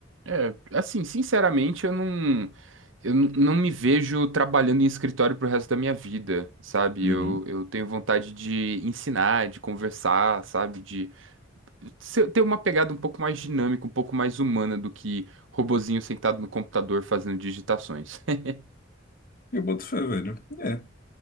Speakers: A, on the right; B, on the left.
A: É, assim, sinceramente, eu não, eu n- não me vejo trabalhando em escritório pro resto da minha vida, sabe?
B: Uhum.
A: Eu, eu tenho vontade de ensinar, de conversar, sabe? De ser- ter uma pegada um pouco mais dinâmica, um pouco mais humana do que robozinho sentado no computador fazendo digitações. <laughs>
B: Eu boto fé, velho. É.